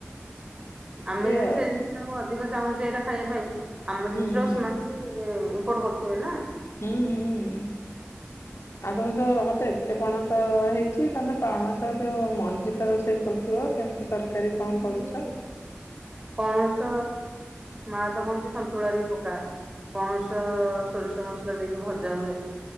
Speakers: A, on the left (about 70°); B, on the right (about 20°).
A: ଏମିତି
B: ଆମେ ଯେମତି
A: ଆଉ
B: ସେନ୍ତି ଟା ଅଧିକ ଚାହୁଁଚେ ଏଟା ଖାଇବା ପାଇଁ ଆମ ଜିନିଷଟାକୁ
A: ହୁଁ ହୁଁ
B: ସେମାନେ ବି ଇମ୍ପୋର୍ଟ କରୁଥିବେ ନା।
A: ହୁଁ ହୁଁ ହୁଁ।
B: ହ <inaudible>
A: ଆପଣତ ମତେ ଏତେ ପଣସ ହେଇଛି, ତମେ ପଣସ ଯୋଉ ମଞ୍ଜିତ ରୋଷେଇ କରୁଥିବ? କେମିତି ତରକାରୀ
B: ନା
A: କଣ କରୁଛ?
B: ପଣସ ମା ତ କହନ୍ତି ସନ୍ତୁଳାରେ ବି ପକା। ପଣସ ସୋରିଷ ମସଲା ଦେଇକି ଭଜା ହୁଏ।